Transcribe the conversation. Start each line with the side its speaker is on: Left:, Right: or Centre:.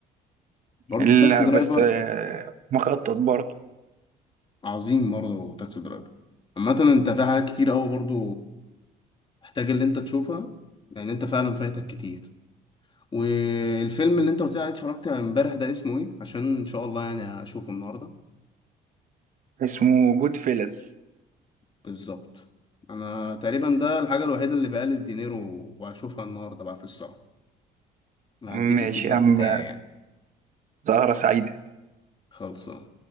Left: برضه
Right: لا
Left: تاكسي درايفر
Right: بس آه، مخطط برضه
Left: عظيم برضه تاكسي درايفر عامة انت في حاجات كتير اوي برضه محتاج اللي انت تشوفها لان انت فعلا فايتك كتير والفيلم اللي انت قلت لي عليه اتفرجت امبارح ده اسمه ايه عشان ان شاء الله يعني اشوفه النهارده
Right: اسمه جود فيلز
Left: بالظبط انا تقريبا ده الحاجة الوحيدة اللي بقلل دينيرو واشوفها النهارده بقى في السهرة هديك
Right: ماشي
Left: الفيدباك
Right: يا عم
Left: بتاعي يعني
Right: سهرة سعيدة
Left: خلصان